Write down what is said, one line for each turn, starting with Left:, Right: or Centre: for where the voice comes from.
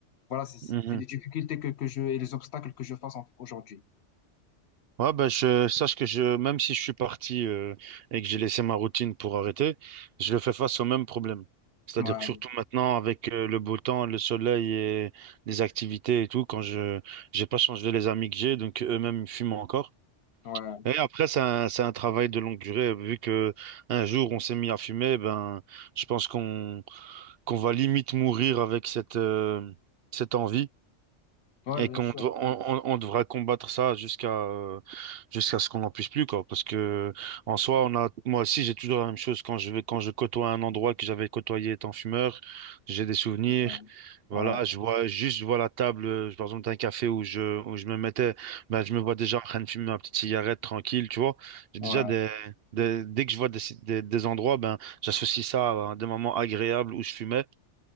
Left: voilà, c'est c'est-
Right: mhm.
Left: c'est les difficultés que, que je et les obstacles que je face en- aujourd'hui.
Right: Ouais, bah, je sache que je, même si je suis parti euh, et que j'ai laissé ma routine pour arrêter, je fais face au même problème. C'est-à-dire
Left: Ouais,
Right: que surtout maintenant, avec euh, le beau temps, le soleil et les activités et tout, quand je j'ai pas changé les amis que j'ai, donc eux-mêmes ils fument encore.
Left: ouais,
Right: Et après, c'est un, c'est un travail de longue durée. Vu que un jour on s'est mis à fumer, ben je pense qu'on qu'on va limite mourir avec cette euh, cette envie.
Left: ouais,
Right: Et
Left: bien
Right: qu'on
Left: sûr.
Right: dev- on, on- on devra combattre ça jusqu'à euh, jusqu'à ce qu'on n'en puisse plus, quoi. Parce que en soi, on a, moi aussi, j'ai toujours la même chose quand je vais, quand je côtoie un endroit que j'avais côtoyé étant fumeur, j'ai des souvenirs.
Left: Ouais,
Right: Voilà,
Left: ouais,
Right: je vois juste, je vois la table, euh, par exemple, d'un café où je, où je me mettais, ben, je me vois déjà en train de fumer ma petite cigarette tranquille, tu vois. J'ai
Left: ouais.
Right: déjà des, des- dès que je vois des, des, des endroits, ben, j'associe ça à des moments agréables où je fumais.